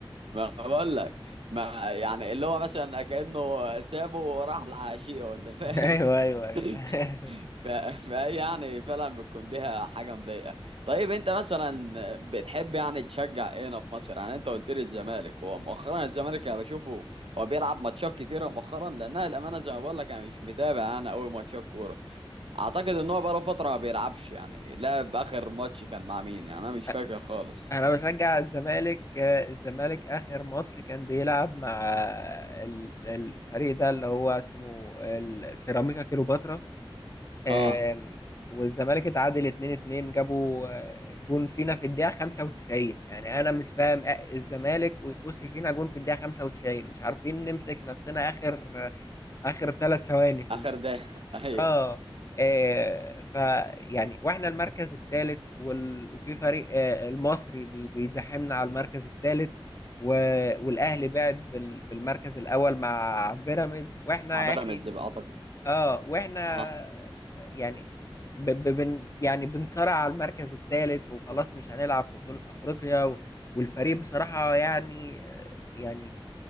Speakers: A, on the right; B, on the left.
A: ما بقول لك ما يعني اللي هو مثلا كأنه سابه وراح لعشية ولا فاهم
B: <laughs> ايوه ايوه
A: <laughs>
B: ايوه
A: ف... <laughs> فهي يعني فعلا بتكون ليها حاجة مضايقة طيب انت مثلا بتحب يعني تشجع ايه هنا في مصر يعني انت قلت لي الزمالك هو مؤخرا الزمالك انا بشوفه هو بيلعب ماتشات كتيرة مؤخرا لانها الامانة زي ما بقول لك انا مش متابع انا قوي ماتشات كورة اعتقد ان هو بقاله فترة ما بيلعبش يعني لعب اخر ماتش كان مع مين يعني انا مش
B: <laughs>
A: فاكر خالص
B: انا بشجع الزمالك آه، الزمالك اخر ماتش كان بيلعب مع آه، ال- الفريق ده اللي هو اسمه السيراميكا كليوباترا آم،
A: اه
B: والزمالك اتعادل 2-2 جابوا آه، جون فينا في الدقيقة 95 يعني انا مش فاهم آه، الزمالك ويخش فينا جون في الدقيقة 95 مش عارفين نمسك نفسنا اخر آه، اخر ثلاث ثواني في
A: اخر
B: الماتش
A: ده <laughs> ايوه
B: اه آه، ف يعني واحنا المركز الثالث وال... وفي فريق آه المصري بي... بيزاحمنا على المركز الثالث و... والاهلي بعد بال... بالمركز الاول مع بيراميدز واحنا
A: مع بيراميدز
B: يا اخي
A: بقى اعتقد
B: اه واحنا
A: اه
B: يعني ب... ب... بن... يعني بنصارع على المركز الثالث وخلاص مش هنلعب في بطولة افريقيا و... والفريق بصراحة يعني آه، يعني